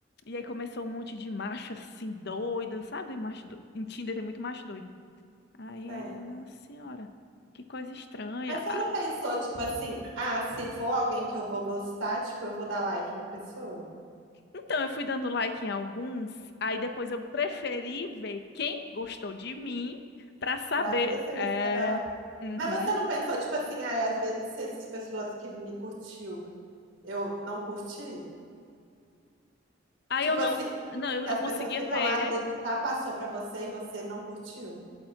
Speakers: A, on the left; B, on the right.
A: e aí começou um monte de macho assim doido, sabe? Macho doido. Em Tinder tem muito macho doido. Aí,
B: Tem.
A: eu, nossa senhora, que coisa estranha.
B: Mas você
A: Ah,
B: não pensou, tipo assim, ah, se for alguém que eu vou gostar, tipo, eu vou dar like na pessoa?
A: Então eu fui dando like em alguns, aí depois eu preferi ver quem gostou de mim pra saber.
B: Pra ver se
A: É...
B: você vai dar like.
A: uhum.
B: Mas você não pensou, tipo assim, ah, às vezes se essas pessoas que me curtiu, eu não curti?
A: Aí
B: Tipo
A: eu não,
B: assim,
A: não, eu,
B: que
A: eu
B: as
A: conseguia
B: pessoas que
A: ver.
B: estão lá às vezes já passou pra você e você não curtiu.